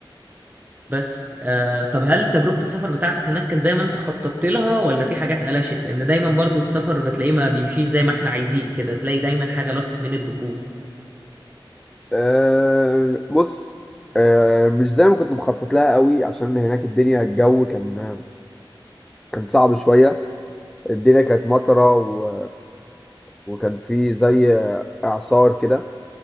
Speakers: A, on the right (about 20°); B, in the centre.
A: بس آه طب هل تجربة السفر بتاعتك هناك كانت زي ما انت خططت لها ولا في حاجات قلشت لأن دايما برضو السفر بتلاقيه ما بيمشيش زي ما احنا عايزين كده تلاقي دايما حاجة لاست مينت بتبوظ
B: أه بص أه مش زي ما كنت مخطط لها قوي عشان هناك الدنيا الجو كان كان صعب شويه الدنيا كانت مطره و وكان في زي اعصار كده